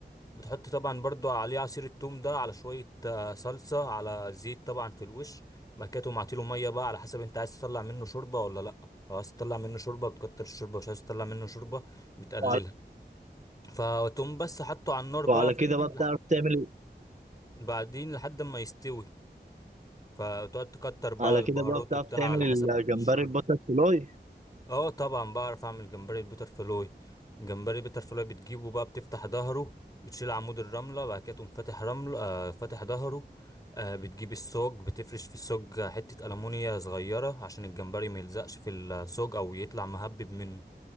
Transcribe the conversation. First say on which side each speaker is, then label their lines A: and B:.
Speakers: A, on the left; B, on the right.
A: بتحط طبعا برضو عليه عصير التوم ده على شوية آه، صلصة على زيت طبعا في الوش بعد كده تقوم عاطيله مية بقى على حسب انت عايز تطلع منه شوربة ولا لأ لو عايز تطلع منه شوربة بتكتر الشوربة مش عايز تطلع منه شوربة بتقللها
B: وعلى
A: فتقوم بس حطه على النار بقى
B: وعلى
A: فاهمني
B: كده بقى
A: لح...
B: بتعرف تعمل
A: بعدين لحد ما يستوي فتقعد تكتر بقى
B: على
A: البهارات
B: كده بقى بتعرف
A: وبتاع
B: تعمل
A: على حسب
B: الجمبري
A: الشوربة
B: الباتر فلاي
A: اه طبعا بعرف اعمل جمبري البيتر فلوي جمبري بيتر فلوي بتجيبه بقى بتفتح ظهره بتشيل عمود الرمله بعد كده تقوم فاتح رمله آه فاتح ظهره آه بتجيب السوج بتفرش في السوج حته ألمونيا صغيره عشان الجمبري ما يلزقش في السوج او يطلع مهبب منه